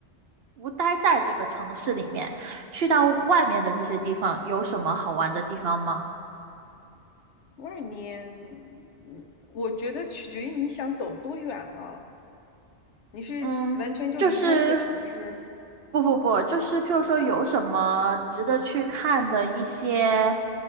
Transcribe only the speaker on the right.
不待在这个城市里面，去到外面的这些地方，有什么好玩的地方吗？
嗯，就是不不不，就是譬如说有什么值得去看的一些，